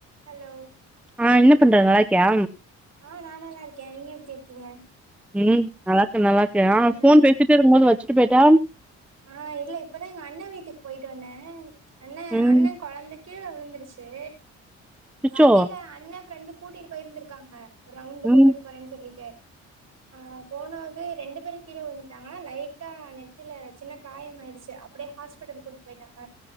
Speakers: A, on the right; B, in the centre.
A: ஹலோ
B: ஆ என்ன பண்ற நல்லாருக்கியா
A: ஆ நா நல்லா இருக்கே நீங்க எப்படி இருக்கீங்க
B: ம் நல்லா இருக்கே நல்லா இருக்கே யா
A: ம்
B: போன் பேசிட்டே இருக்கும் போது வச்சுட்டு போயிட்ட
A: ஆ இல்ல இப்பதா எங்க அண்ண வீட்டுக்கு போயிட்டு வந்தே அண்ணே
B: ம்
A: அண்ண கொழந்தக் கீழே விழுந்துருச்சு
B: சுச்சோ
A: வண்டில அண்ணன் ஃப்ரெண்டு கூட்டிட்டு போயிருந்துருக்காங்க ரவுண்ட்
B: ம்
A: கூட்டு போறேன்னு சொல்லிட்டு ஆ போனாவே ரெண்டு பேரு கீழே வ உழுந்துட்டாங்க லைட்டா நெத்தில சின்ன காயமாயிடுச்சு அப்படியே ஹாஸ்பிட்டலுக்கு கூப்ட்டு போயிட்டாங்க